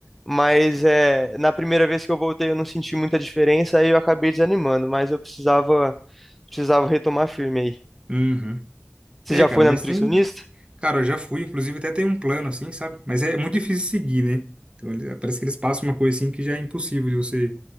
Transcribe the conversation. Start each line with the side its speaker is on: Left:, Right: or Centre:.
Centre: mas é, na primeira vez que eu voltei eu não senti muita diferença, aí eu acabei desanimando, mas eu precisava, precisava retomar firme aí.
Right: Uhum.
Centre: Você
Right: É,
Centre: já
Right: cara,
Centre: foi
Right: mas
Centre: na nutricionista?
Right: tem. Cara, eu já fui, inclusive até tem um plano assim, sabe? Mas é muito difícil seguir, né? Então ele- parece que eles passam uma coisa assim que já é impossível de você,